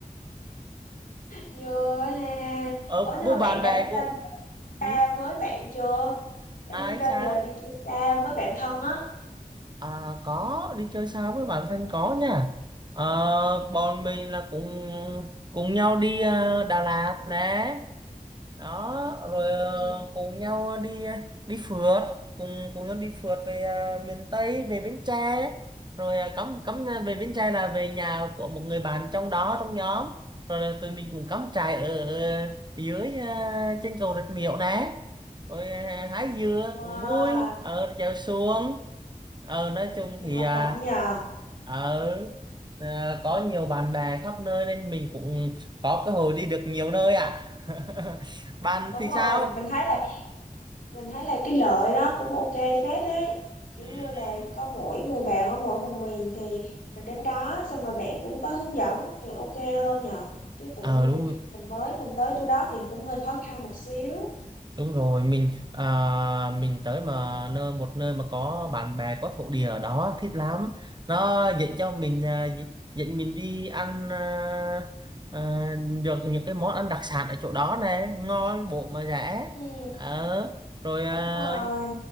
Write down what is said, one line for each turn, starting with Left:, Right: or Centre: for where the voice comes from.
Left: Vừa ha.
Right: ờ
Left: Ủa nhưng
Right: bố
Left: mà bạn
Right: bạn
Left: đã
Right: bè
Left: đi
Right: của
Left: bao giờ
Right: ừ,
Left: xa với bạn chưa? Đã đi
Right: ai
Left: bao
Right: sao
Left: giờ đi chơi xa với bạn thân á?
Right: à, có đi chơi sao với bạn thân có nha Ờ, bọn mình là cùng cùng nhau đi ờ, Đà Lạt nè đó
Left: Ừm,
Right: rồi ờ, cùng nhau đi ờ, đi phượt cùng cùng nhau đi phượt về ờ, miền Tây về Bến Tre rồi ờ, cắm cắm ờ, về Bến Tre là về nhà của một người bạn trong đó trong nhóm rồi là tụi mình cùng cắm trại ở ờ, dưới ờ, trên cầu Rạch Miễu đấy rồi ờ, hái dừa
Left: Wow,
Right: cũng vui ở chèo xuồng ờ nói chung
Left: nhiều
Right: thì
Left: hoạt
Right: à,
Left: động nhờ.
Right: ở à, có nhiều bạn bè khắp nơi nên mình cũng có cơ hội đi được nhiều nơi ạ <laughs> bạn
Left: Đúng
Right: thì
Left: rồi,
Right: sao
Left: mình thấy là mình thấy là cái lợi đó cũng ok phết đấy. Kiểu
Right: Ừ,
Left: như là
Right: ừ.
Left: có mỗi người bạn ở mỗi vùng miền thì mình đến đó xong rồi bạn cũng có hướng dẫn thì ok hơn nhờ. Chứ tự
Right: Ờ
Left: nhiên
Right: đúng
Left: mình mới mình tới chỗ đó thì cũng hơi khó khăn một xíu.
Right: đúng rồi mình à, mình tới mà nơi một nơi mà có bạn bè có thổ địa ở đó thích lắm nó dẫn cho mình à, dẫn mình đi ăn à, à, được những cái món ăn đặc sản ở chỗ đó này ngon bộ mà rẻ
Left: Ừ,
Right: Ờ, rồi à,
Left: đúng rồi.